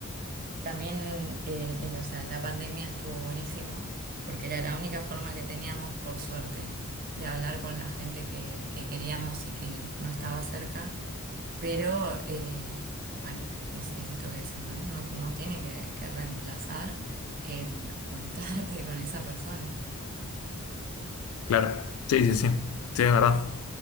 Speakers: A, on the right; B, on the left.
A: también en, en, o sea, en la pandemia estuvo buenísimo porque era la única forma que teníamos, por suerte, de hablar con la gente que, que queríamos y que no estaba cerca. Pero eh, bueno, es, es esto que decís, ¿no? No, no tiene que, que reemplazar el juntarte con esa persona.
B: Claro, sí, sí, sí, sí, es verdad.